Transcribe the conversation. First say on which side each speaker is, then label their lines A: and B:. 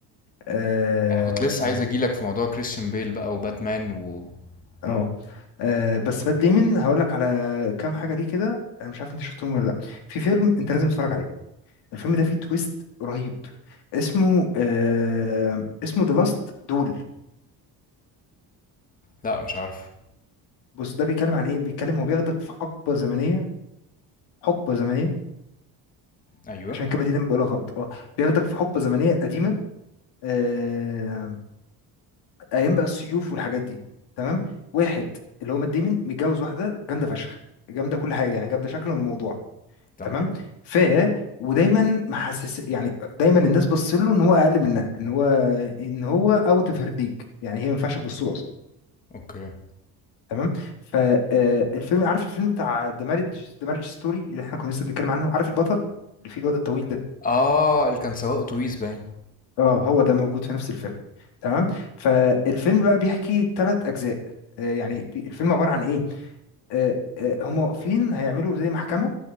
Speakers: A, on the left; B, on the left.
A: آه،
B: انا كنت لسه عايز اجيلك في موضوع كريستيان بيل بقى وباتمان و
A: اه
B: yeah.
A: آه، بس بات ديمون هقول لك على كام حاجه دي كده انا مش عارف انت شفتهم ولا لا في فيلم انت لازم تتفرج عليه الفيلم ده فيه تويست رهيب اسمه آه اسمه ذا لاست دول
B: لا مش عارفه
A: بص ده بيتكلم عن ايه بيتكلم هو بياخدك في حقبه زمنيه حقبه زمنيه
B: ايوه
A: عشان الكلمه دي دايما بقولها غلط اه بياخدك في حقبه زمنيه قديمه آه ايام بقى السيوف والحاجات دي تمام واحد اللي هو مات ديمون متجوز واحده جامده فشخ جامده كل حاجه يعني جامده شكلا وموضوعا
B: تمام
A: تمام ف ودايما محسس يعني دايما الناس بص له ان هو اقل منها ان هو ان هو اوت اوف هير ليج يعني هي ما ينفعش تبص له اصلا
B: اوكي
A: تمام فالفيلم عارف الفيلم بتاع ذا مارج ذا مارج ستوري اللي احنا كنا لسه بنتكلم عنه عارف البطل اللي فيه الواد الطويل ده
B: اه اللي كان سواق اتوبيس باين
A: اه هو ده موجود في نفس الفيلم تمام فالفيلم بقى بيحكي ثلاث اجزاء آه، يعني بي- الفيلم عباره عن ايه آه، آه، هم واقفين هيعملوا زي محكمه